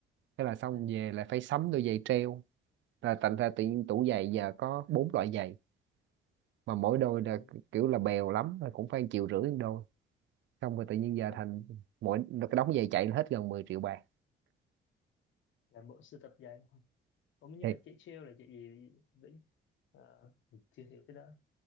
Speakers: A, on the right; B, on the left.
A: thế là xong
B: <laughs>
A: về là phải sắm đôi giày treo là thành ra tự nhiên tủ giày giờ có bốn loại giày mà mỗi đôi là
B: ừ.
A: kiểu là bèo lắm là cũng phải chịu rưỡi một đôi xong rồi tự nhiên giờ
B: Ồ,
A: thành mỗi cái đống giày chạy là hết gần 10 triệu bạc
B: là bộ sưu tập giày Ồ, nhưng
A: thì
B: mà chạy trail là chạy gì Vĩnh Ờ, mình chưa hiểu cái đó